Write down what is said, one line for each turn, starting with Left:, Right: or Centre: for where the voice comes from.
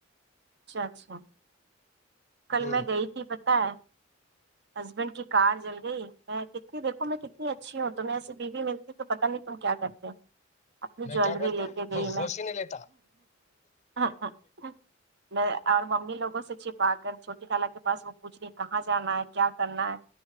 Right: اچھا اچھا <unintelligible>
Left: گے
Right: کل میں
Left: ہ
Right: گئی تھی پت ہے ہسبینڈ کی کار جل گئی میں کتنی دیکھو میں کتنی اچھی ہوں تمہیں ایے بیوی ملتی تو پتا نہیں تم کیا کرتے اپنی
Left: میں
Right: جیلری
Left: کیا کرتا
Right: لے
Left: ہے،
Right: کے گئی
Left: ہوش
Right: میں
Left: ہی نہیں لیتا
Right: ہ ہ میں اور ممی لووں سے چپ آا کر چھوٹی کالا کے پاس وہ پوچھنی کہاں جانا ہے کیا کرنا ہے